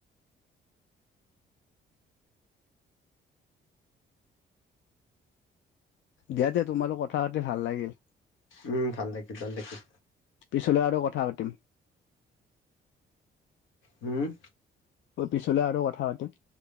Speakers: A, on the left; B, on the left.
A: দিয়া দে তোমাৰ লগত কথা পাতি ভাল লাগিল।
B: উম' ভাল লাগিল ভাল লাগিল।
A: পিছলৈ আৰু কথা পাতিম।
B: উম'
A: পিছলে আৰু কথা পাতিম।